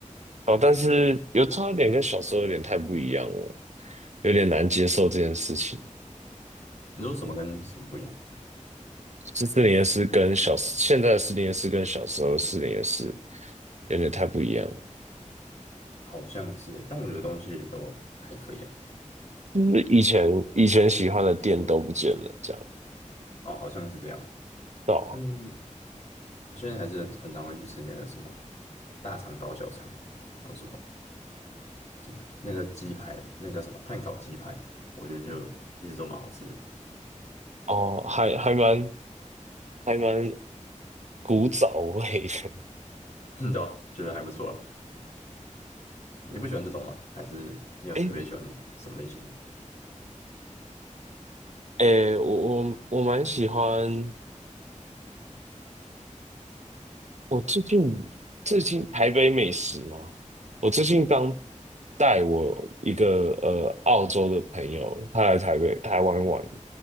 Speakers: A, on the right; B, on the left.
A: 哦，但是有差点跟小时候有点太不一样了，有点难接受这件事情。
B: 你说什么跟什么不一样？
A: 是四年是跟小，现在的四年是跟小时候的四年是有点太不一样了。
B: 好像是耶，但我觉得东西也都还可以啊。
A: 就是以前以前喜欢的店都不见了，这样。
B: 哦，好像是这样。
A: 对啊
B: 嗯，我现在还是很常会去吃那个什么大肠包小肠，还有什么。什么那个鸡排，那个什么碳烤鸡排，我觉得就一直都蛮好吃的，
A: 哦，还还蛮还蛮古早味的。
B: <laughs> 对啊觉得还不错了。你不喜欢这种吗？还是你有特别喜欢什么类型的？
A: 诶诶，我我我蛮喜欢。我最近最近台北美食嘛，我最近刚带我一个呃澳洲的朋友，他来台北台湾玩，